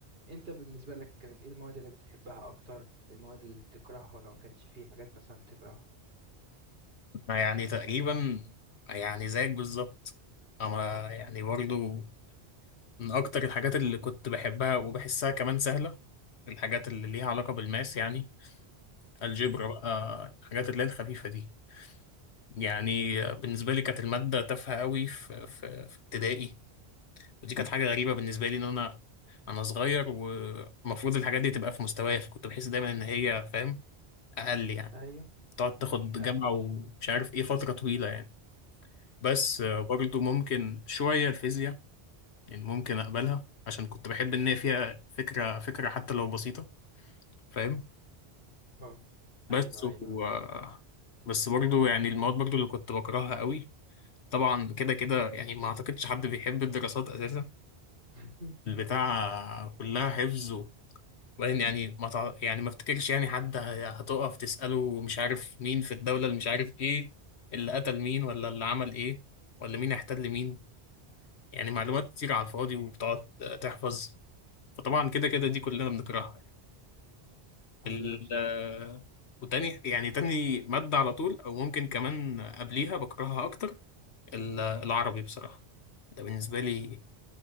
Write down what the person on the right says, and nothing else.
أنت بالنسبة لك كانت إيه المواد اللي بتحبها أكتر المواد اللي بتكرهها ولا ما كانش فيه حاجات مثلا بتكرهها
مهم.
أيوه
أيوه
اه
ايوه
ايوه
<laughs>
اي
الحمد
لله مش
لوحدي